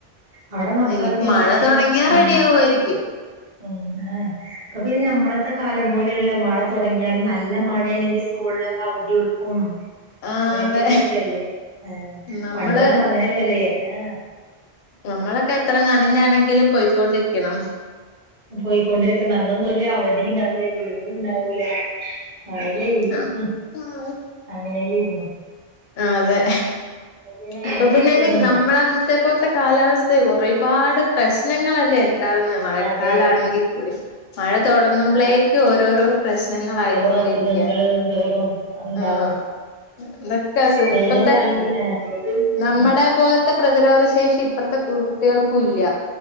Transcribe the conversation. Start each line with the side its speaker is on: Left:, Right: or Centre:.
Right: അവിടെ മക്കളൊക്കെങ്ങനെ
Left: ഇനിയിപ്പ മഴ തൊടങ്ങിയാ
Right: ഉം?
Left: റെഡിയാവുമായിരിക്കും.
Right: ഉം ആഹ് പ്പൊ പിന്നെ ഞമ്മളത്തെ കാലം പോലെല്ല മഴ തൊടങ്ങിയാലും നല്ല മഴേണെങ്കി സ്കൂളിനൊക്കെ അവധി ഒടുക്കും
Left: ആഹ്
Right: അങ്ങനത്തെക്കൊരിതല്ലേ
Left: അതെ.
Right: ഏ
Left: നമ്മള്
Right: പണ്ടൊന്നും അങ്ങനല്ലല്ലോ ഏ ആഹ്
Left: നമ്മളൊക്കെത്ര നനഞ്ഞാണെങ്കിലും പോയ്ക്കോണ്ടിരിക്കണം.
Right: പോയ്ക്കൊണ്ടിരിക്കണം അന്നൊന്നും ഒരവധിണ്ടാവൂല്ല ലീവുണ്ടാവൂല മഴേയ്
Left: ആഹ്
Right: ഉം അങ്ങനെല്ലേരുന്നു
Left: ആ അതെ
Right: ഇപ്പൊ പിന്നെ
Left: ഇപ്പൊ
Right: അയിനൊക്കെ
Left: പിന്നെനി
Right: സുഖാണ്
Left: നമ്മളന്നത്തെ പ്പോത്തെ കാലാവസ്ഥേ ഒറെപാട് പ്രശ്നങ്ങളല്ലേണ്ടാവുന്ന് മഴക്കാലാണെങ്കികൂടി
Right: അതെ
Left: മഴ
Right: അതെ
Left: തൊടങ്ങുമ്പളേ
Right: ആഹ്
Left: ഓരോരോ പ്രശ്നങ്ങൾളായിക്കൊണ്ടിരിക്ക
Right: ഓരോ അസുഖങ്ങള് ഇതുകളും ഉണ്ടാവും
Left: ആഹ് എന്തൊക്കെസ്
Right: വേനലാണെങ്കി
Left: പ്പത്തെ
Right: ആഹ്
Left: നമ്മടെ
Right: ഉം
Left: പോലത്തെ പ്രതിരോധ ശേഷി ഇപ്പത്തെ കുഴകുട്ടിയേൾക്കുല്ല